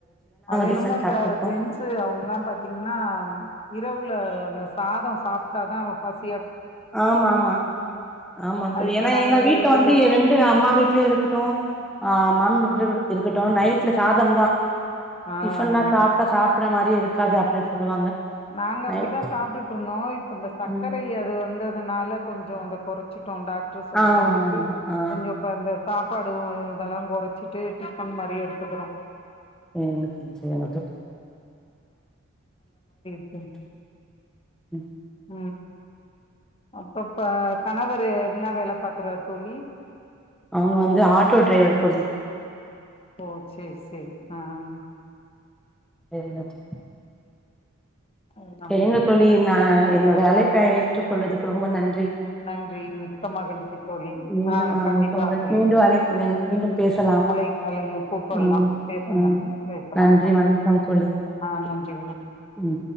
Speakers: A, on the left (about 30°); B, in the centre.
A: அத என்னமோ
B: டிஃபன்
A: இந்த
B: சாப்ட்டுப்போ
A: ஜென்ஸு அவங்க எல்லாம் பாத்தீங்கன்னா இரவு அந்த சாதம் சாப்பிட்டா தான் அவன் பஸி
B: ஆமா ஆமா ஆமா
A: அது
B: தோழி
A: இப்ப
B: ஏன்னா
A: நாங்க
B: எங்க
A: எங்களுக்கு
B: வீட்டு வந்து ரெண்டு அம்மா வீட்லயும் இருக்கட்டும் ஆஹ் மாமியா வீட்ல இருக்கட்டும் நைட்ல சாதம் தான்
A: ஆ
B: டிஃபன் நா சாப்டா சாப் ப்புடா மாதிரி இருக்காது அப்படினு சொல்லுவாங்க
A: நாங்க
B: நைட்
A: அப்டித்தா சாப்டுட்டு இருந்தோ இப்ப இந்த சர்க்கரை
B: ம்
A: அது வந்து அதனால கொஞ்சோ அந்த குறைச்சி டோ டாக்டர் சொல்டாங்கண்ட்டு
B: ஆமா ஆமா ஆ
A: கொஞ்சோ அந்த சாப்பாடு பாடு இதெல்லாம் கொறச்சிட்டு டிஃபன் மாரியே எடுத்துக்குறோ
B: உங்களுக்கு இது செய்யணுமா தோழி
A: உம்
B: ம்.
A: உம் அப்பப்ப கணவர் என்ன வேல பாக்குறார் தோழி
B: அவுங்க வந்து ஆட்டோ டிரைவர் தோழி
A: ஓ சேர் சேரி ஆஹ்
B: என்னது
A: அதான்.
B: செரிங்க தோழி நா என்னுடய அழைப்பை ஏற்றுகொல்றதுக்கு ரொம்ப நன்
A: நன்றி மிக்க மகிழ்ச்சி தோழி
B: மீண்டும்
A: ஆஹ்
B: ஆ
A: கண்டிப்பா
B: மிக்க மகிழ்ச்சி
A: தோழி
B: மீண்டும் அழைக்கிறேன் மீண்டும் பேசலாம்
A: அழைங்க அழைங்க கூப்பட்லா
B: ம்
A: பேசுங்க
B: ம்
A: பேசலாம்
B: நன்றி வணக்கம் தோழி
A: ஆஹ் நன்றி வணக்கம்
B: ம்